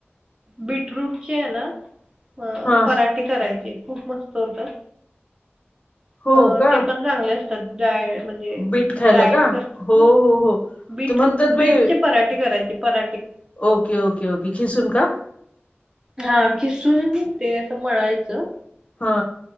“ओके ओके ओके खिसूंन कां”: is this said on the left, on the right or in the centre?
Left